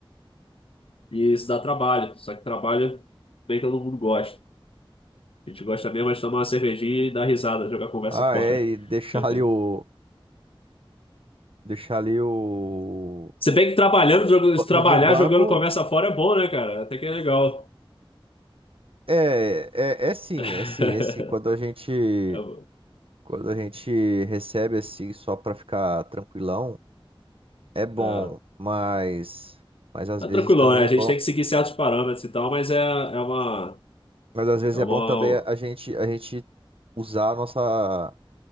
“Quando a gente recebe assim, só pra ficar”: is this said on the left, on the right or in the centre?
Right